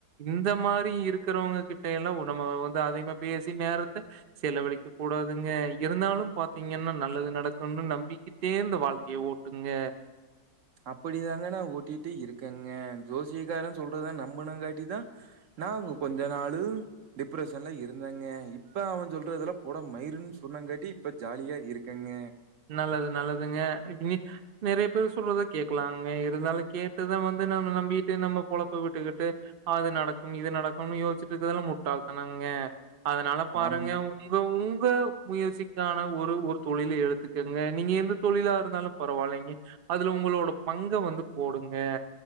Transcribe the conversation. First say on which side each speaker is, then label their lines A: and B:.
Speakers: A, on the right; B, on the right.
A: இந்த மாரி இருக்கிறவங்க கிட்டல்லா நம வந்து அதிகமா பேசி நேரத்த செலவழிக்க கூடாதுங்க இருந்தாலு பாத்தீங்கன்னா நல்லது நடக்கணு நம்பிக்கிட்டே இந்த வாழ்க்கய ஓட்டுங்க
B: அப்படி தாங்க நா ஓட்டிட்டு இருக்கங்க ஜோசியகாரன் சொல்றதுத நம்புனு காட்டிதா நா கொஞ்ச நாளு டிப்ரஷன்ல இருந்தங்க இப்ப அவ சொல்றதல்லா போட மயிருன் சொன்னாங்காட்டி இப்ப ஜாலியா இருக்கங்க
A: நல்லது நல்லதுங்க இ நெறய பேர் சொல்றத கேக்லாங்க இருந்தாலு கேட்டுதா வந்து நம்ல நம்பிகிட்டு நம்ம பொழப்ப விட்டுகிட்டு அது நடக்கும இது நடக்குனு யோசிச்சிட்டு இந்தால்லா முட்டாள் தனங்க அதனால பாருங்க
B: ஆம்
A: உங்க ஊ முயற்சிக்கான ஒரு ஒரு தொழில எழுத்து குங்க நீங்க எந்த தொழிலா இருந்தாலும் பரவாயில்லைங்க அதுல உங்களோட பங்க வந்து போடுங்க